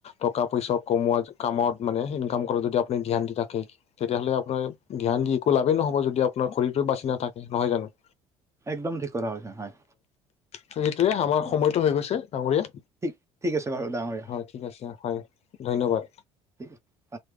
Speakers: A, on the left; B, on the right.
A: টকা পইচা কমোৱা কামত মানে সেই- কাম কৰ যদি আপুনি ধ্যান দি থাকে। তেতিয়াহ'লে আপোনাৰ ধ্যান দি একো লাভেই নহব যদি আপোনাৰ শৰীৰটোৱে বাছি নাথাকে। নহয় জানো?
B: একদম ঠিক কথা কৈছা হয়।
A: সেইটোয়ে আমাৰ
B: অ
A: সময়তো হৈ গৈছে ডাঙৰীয়া,
B: ঠিক ঠিক আছে বাৰু ডাঙৰীয়া
A: হয় ঠিক আছে হয় ধন্যবাদ।
B: ঠিক আছে। হয়